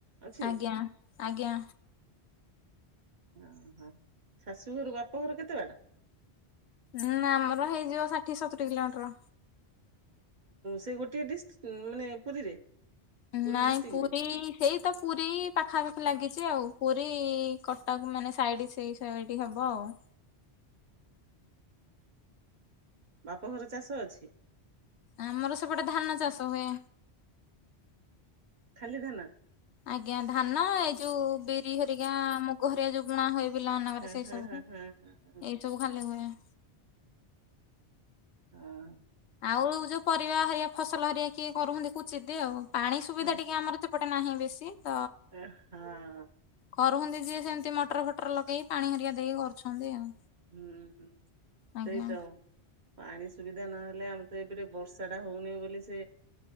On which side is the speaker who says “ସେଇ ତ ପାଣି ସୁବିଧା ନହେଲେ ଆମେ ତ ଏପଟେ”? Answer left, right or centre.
Right